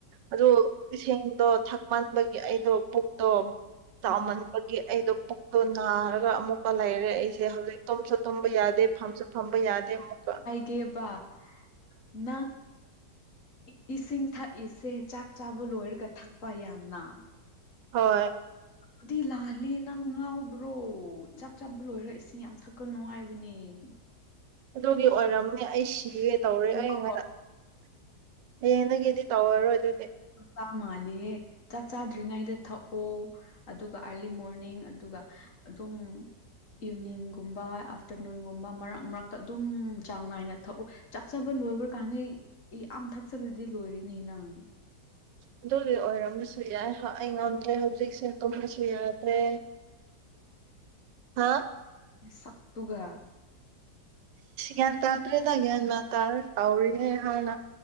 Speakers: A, on the right; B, on the left.
A: ꯑꯗꯨ ꯏꯁꯤꯡꯗꯣ ꯊꯛꯃꯟꯕꯒꯤ ꯑꯩꯗꯣ ꯄꯨꯛꯇꯣ
B: ꯎꯝ
A: ꯆꯃꯟ
B: ꯎꯝ
A: ꯑꯩꯗ ꯄꯨꯛꯇꯣ ꯅꯥꯔꯒ ꯑꯃꯨꯛꯀ ꯂꯩꯔꯦ ꯑꯩꯁꯦ ꯍꯧꯖꯤꯛ ꯇꯨꯝꯁꯨ ꯇꯨꯝꯕ ꯌꯥꯗꯦ ꯐꯝꯁꯨ ꯐꯝꯕ ꯌꯥꯗꯦ ꯗꯃꯀ
B: ꯒꯦꯕ ꯅꯪ ꯏꯁꯤꯡ ꯊꯛꯏꯁꯦ ꯆꯥꯛ ꯆꯥꯕ ꯂꯣꯏꯔꯒ ꯊꯛꯄ ꯌꯥꯝꯅ
A: ꯍꯣꯏ
B: ꯑꯗꯨꯗꯤ ꯂꯥꯂ ꯅꯪ ꯉꯥꯎꯕ꯭ꯔꯣ ꯆꯥꯛ ꯆꯥꯄ ꯂꯣꯏꯔ ꯏꯁꯤꯡ ꯌꯥꯝ ꯊꯛꯀ ꯅꯨꯡꯉꯥꯏꯕꯅꯦ ꯎ
A: ꯑꯗꯨꯒꯤ ꯑꯣꯏꯔꯝꯅꯦ ꯑꯩ ꯁꯤꯒꯦ ꯇꯧꯔꯦ
B: ꯍꯨꯏꯀꯣ
A: ꯑꯩꯉꯗ ꯍꯌꯦꯡꯗꯒꯤꯗꯤ ꯇꯧꯔꯔꯣꯏ ꯑꯗꯨꯗꯤ
B: ꯀꯃ ꯌꯦ ꯆꯥꯛ ꯆꯥꯗ꯭ꯔꯤꯉꯩꯗ ꯊꯛꯑꯣ ꯑꯗꯨꯒ ꯑꯥꯔꯂꯤ ꯃꯣꯔꯅꯤꯡ ꯑꯗꯨꯒ ꯑꯗꯨꯝ ꯎꯝ ꯏꯚꯅꯤꯡꯒꯨꯝꯕ ꯑꯥꯐꯇꯔꯅꯨꯟꯒꯨꯝꯕ ꯃꯔꯛ ꯃꯔꯛꯇ ꯑꯗꯨꯝ ꯆꯥꯡ ꯅꯥꯏꯅ ꯊꯛꯎ ꯆꯥꯛꯕ ꯂꯣꯏꯕ꯭ꯔ ꯀꯥꯟꯗ ꯌꯥꯝ ꯊꯛꯆꯜꯂꯗꯤ ꯂꯣꯏꯔꯤꯅꯦ ꯅꯪ
A: ꯑꯗꯨꯗꯤ ꯑꯣꯏꯔꯝꯕꯁꯨ ꯌꯥꯏ ꯑꯩ ꯉꯝꯗ꯭ꯔꯦ ꯍꯧꯖꯤꯛꯁꯦ ꯌꯥꯗ꯭ꯔꯦ ꯍꯥꯥ
B: ꯁꯠꯇꯨꯒ
A: ꯌꯥ꯭ꯌꯥ ꯇꯥꯇ꯭ꯔꯦꯗ ꯭ꯟ ꯃꯥ ꯇꯥꯔ ꯇꯥꯎꯔꯤꯅꯦꯦ ꯍꯥꯟꯅ